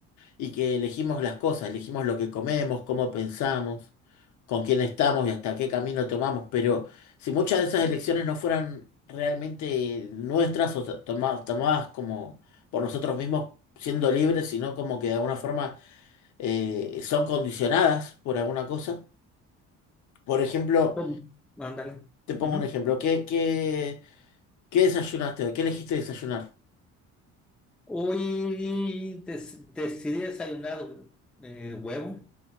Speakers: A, on the left (about 70°); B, in the centre.
A: y que elegimos las cosas, elegimos lo que comemos, cómo pensamos, con quién estamos y hasta qué camino tomamos. Pero si muchas de esas elecciones no fueran realmente nuestras o to- toma- tomadas como por nosotros mismos siendo libres, sino como que de alguna forma eh, son condicionadas por alguna cosa. Por ejemplo,
B: ¿Cómo? Ándale.
A: te pongo
B: Ujú.
A: un ejemplo. ¿Qué, qué, qué desayunaste hoy? ¿Qué elegiste desayunar?
B: Hoy des- decidí desayunar eh, huevo,